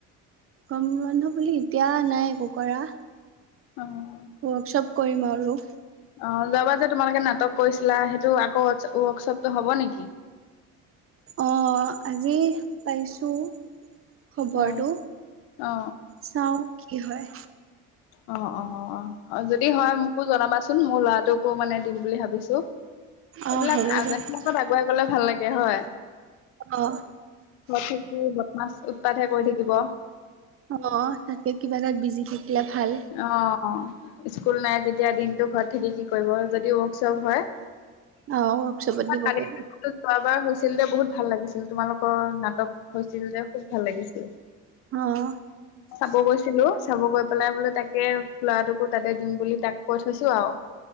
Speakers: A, on the right (about 35°); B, on the left (about 75°).
A: গৰম বন্ধ বুলি এতিয়া নাই একো কৰা।
B: অহ।
A: ৱৰ্কশ্বপ কৰিম আৰু।
B: অহ যোৱাবাৰ যে তোমালোকে নাটক কৰিছিলা সেইটো আকৌ ৱৰ্ক ৱৰ্কশ্বপটো হ'ব নেকি?
A: অহ আজি পাইছোঁ। খবৰটো
B: অ অ
A: চাওঁ কি হয়।
B: অহ অহ অহ যদি হয় মোকো জনাবাচোন মোৰ ল'ৰাটোকো মানে দিম বুলি ভাবিছোঁ।
A: অ
B: এইবিলাক
A: হ'ব
B: আগত
A: দিয়ক
B: আগুৱাই গ'লে ভাল লাগে হয়।
A: অহ।
B: ঘৰত থাকিও বদমাছ উৎপাতহে কৰি থাকিব।
A: অহ তাতকে কিবা এটাত বিজি থাকিলে ভাল।
B: অহ। স্কুল নাই যেতিয়া দিনটো ঘৰত থাকি কি কৰিব যদি ৱৰ্কশ্বপ হয়।
A: অ ৱৰ্কশ্বপত
B: <unintelligible>
A: দিব পাৰিব
B: যোৱাবাৰ হৈছিল যে বহুত ভাল লাগিছিল। তোমালোকৰ নাটক হৈছিল যে খুব ভাল লাগিছিলে।
A: অহ।
B: চাব গৈছিলো চাব গৈ পেলাই বোলে তাকে ল'ৰাটোকো তাতে দিম বুলি তাক কৈ থৈছো আউ।